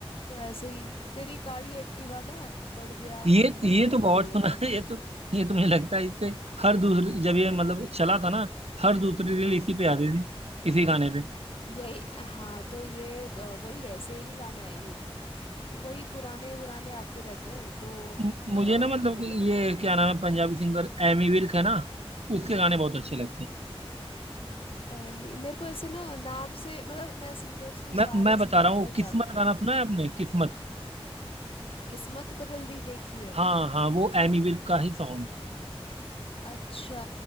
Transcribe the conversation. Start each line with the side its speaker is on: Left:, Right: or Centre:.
Left: तो ऐसे ही तेरी काली एक्टिवा दा पड़ गया
Right: ये
Left: हैंडल
Right: ये
Left: खड़के
Right: तो बहुत सुना
Left: ऐसे
Right: है ये तो ये तो मुझे लगता है इस पे हर दूसरी जब ये मतलब चला था ना हर दूसरी रील इसी पे आती थी इसी गाने पे
Left: यही हाँ तो ये अ, वही है सेम ही गाना है ये तो वही पुराने पुराने आते रहते हैं तो
Right: म-
Left: अ,
Right: मुझे
Left: मतलब
Right: ना मतलब कि ये क्या नाम है पंजाबी सिंगर एमी विर्क है ना उसके गाने बहुत अच्छे लगते हैं
Left: ए, मे- मेरे को ऐसे ना नाम से मतलब मैं सिंगर्स को
Right: मैं
Left: सारे
Right: मैं बता
Left: सिंगर्स
Right: रहा हूँ
Left: को
Right: किस्मत
Left: जानती हूँ
Right: गाना सुना है आपने किस्मत
Left: किस्मत बदल दी देखी है
Right: हाँ हाँ वो एमी विर्क का ही सॉन्ग है
Left: अच्छा